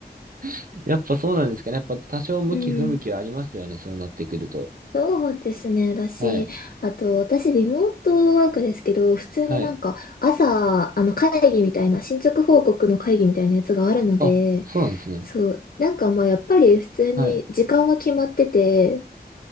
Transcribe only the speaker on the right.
<laughs> やっぱそうなんですかね。やっぱ多少向き不向きはありますよね。
そうなってくると。
はい。
はい。
あ、そうなんですね。
はい。